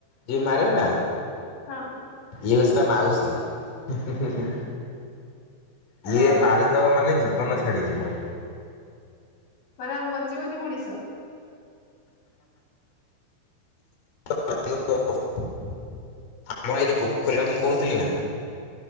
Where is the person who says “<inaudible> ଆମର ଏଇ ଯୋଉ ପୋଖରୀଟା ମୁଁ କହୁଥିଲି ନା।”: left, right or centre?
Left